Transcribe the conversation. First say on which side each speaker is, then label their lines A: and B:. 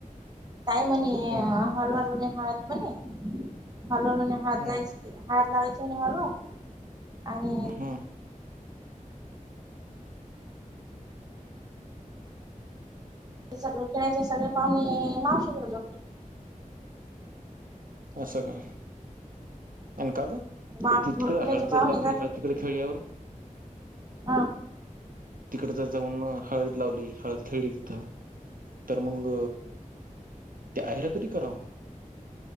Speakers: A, on the right; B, on the right.
A: ताई म्हण
B: हा
A: हलवार म ह म हलुवार म हात
B: हा
A: जाय. हात लागयच आणि हलवर आणि.
B: हा.
A: जस ढोळ खेळायचे सगळे पाहुणे माव शिक जो.
B: अस स का एनका ग.
A: मावशी
B: ती
A: ढोरखेड्याचे
B: तिकड हळ
A: पाहुणे
B: जर लावली
A: जातील
B: हळ तिकडे खेळल्यावर.
A: हा.
B: तिकड तर जाऊन हळद लावली हळद खथेळली किथं. तर मग त्या रा कधी करा.